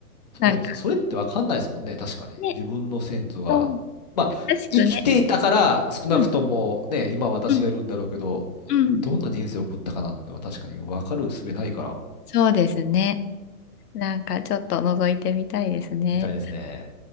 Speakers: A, on the left (about 80°); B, on the left (about 30°).
A: なんか
B: そうですよ。それってわかんないですもんね。確かに。
A: ね、
B: 自分の先祖が。
A: そう、
B: まあ、
A: らしくね。
B: 生きていたから、少なくともね、
A: うん
B: 今私がいるんだろうけど、
A: うんうん。
B: どんな人生を送ったかなんてのは確かにわかる術ないから。
A: そうですね。なんかちょっと覗いてみたいですね。
B: みたいですね。